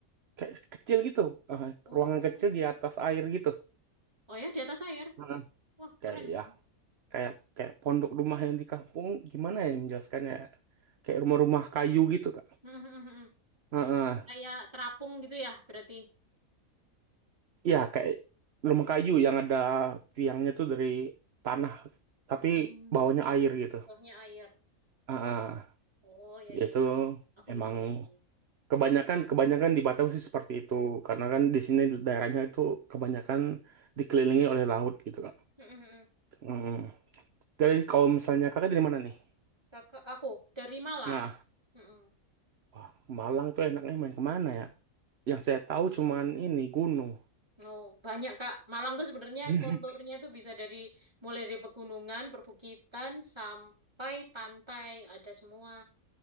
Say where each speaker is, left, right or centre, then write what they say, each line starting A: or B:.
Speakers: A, on the right; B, on the right.
A: kayak kecil gitu, eh,
B: Oh.
A: ruangan kecil di atas air gitu.
B: Oh ya, di atas air.
A: Heeh.
B: Wah,
A: Kayak
B: keren
A: ya,
B: dong.
A: kayak kayak pondok rumah yang di kampung gimana ya menjelaskannya? Kayak rumah-rumah kayu gitu, Kak.
B: <laughs>
A: Heeh.
B: Kayak terapung gitu ya, berarti.
A: Ya, kayak rumah kayu yang ada tiangnya tuh dari tanah tapi
B: Hmm.
A: bawahnya air gitu.
B: Bawahnya air.
A: Heeh.
B: Oh, ya,
A: Yaitu
B: ya, ya. Aku
A: emang
B: bisa bayangin.
A: kebanyakan kebanyakan di Batam sih seperti itu karena kan di sini daerahnya itu kebanyakan dikelilingi oleh laut gitu, Kak.
B: <laughs>
A: Heeh. Dari kalau misalnya Kakak dari mana nih?
B: Kakak aku dari Malang.
A: Nah,
B: Mm-mm.
A: wah, Malang tuh enaknya main kemana ya? Yang saya tahu
B: Malang.
A: cuman ini gunung.
B: Oh, banyak, Kak. Malang tuh sebenarnya
A: <laughs>
B: konturnya tuh bisa dari mulai dari pegunungan, perbukitan sampai pantai, ada semua.